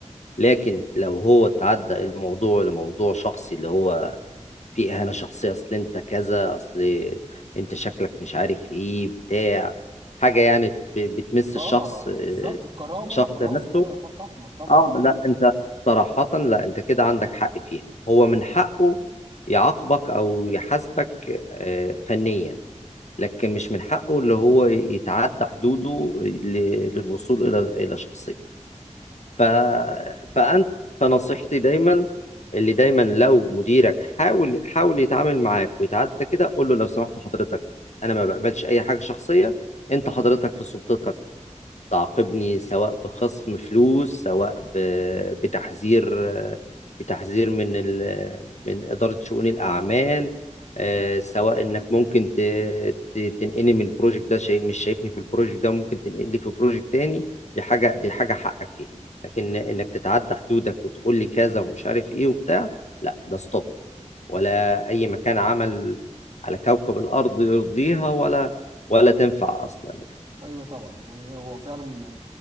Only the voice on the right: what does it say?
اه
بالظبط الكرامه
خلاص
كده خط احمر طبعا
ايوه طبعا يعني هو فعلا